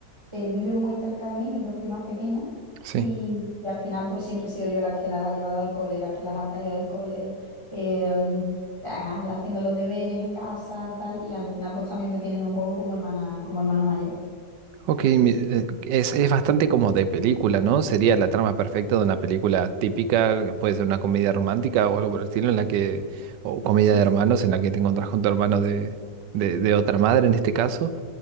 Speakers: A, on the right; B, on the right.
A: eh, viven muy cerca de mí, mis dos primas pequeñas,
B: sí.
A: y, y al final pues siempre he sido yo la que las ha llevado al cole, la que las ha traído del cole, em, la- haciendo los deberes en casa, tal, y al final pues también me tienen un poco como hermana, como hermana mayor.
B: Ok,
A: Sí,
B: mi-
A: sí,
B: eh, es, es bastante como de película, ¿no? Sería la trama perfecta de una película típica, puede ser una comedia romántica o algo por el estilo, en la que, o comedia
A: sí,
B: de
A: sí.
B: hermanos, en la que te encontrás con tu hermano de, de, de otra madre en este caso.